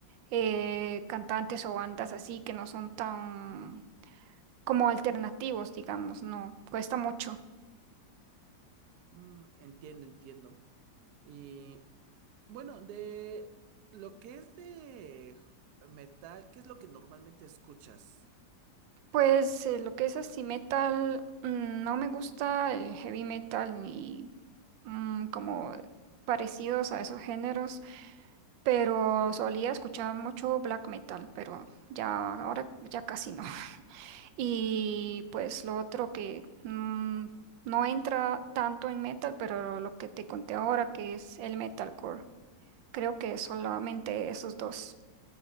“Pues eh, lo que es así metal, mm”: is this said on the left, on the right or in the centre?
Right